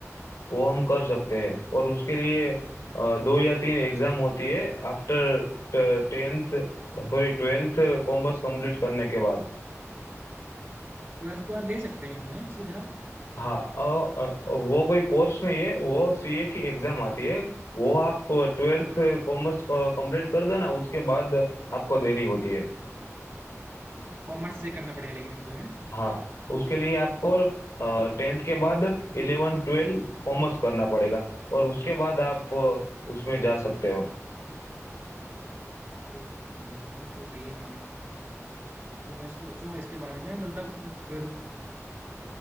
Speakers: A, on the left; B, on the right.
A: वो हम कर सकते हैं और उसके लिए अ, दो या तीन एग्जाम होती है after tenth sorry twelfth commerce complete करने के बाद
B: ट्वेल्थ के बाद ले सकते हैं हमने सीधा
A: हाँ अ, अ, वो कोई कोर्स नहीं है वो सीए की एग्जाम आती है वो आप ट्वेल्थ
B: हाँ
A: कॉमर्स कंप्लीट कर दो ना उसके बाद आपको देनी होती है
B: कॉमर्स से करना पड़ेगा लेकिन हमको है
A: हाँ उसके लिए आपको टेंथ के बाद इलेवन ट्वेल्व कॉमर्स करना पड़ेगा और उसके बाद आप अ, उसमें जा सकते हो
B: ओ, सही है तो सही है हाँ सोच तो मैं सोचूंगा इसके बारे में मतलब फिर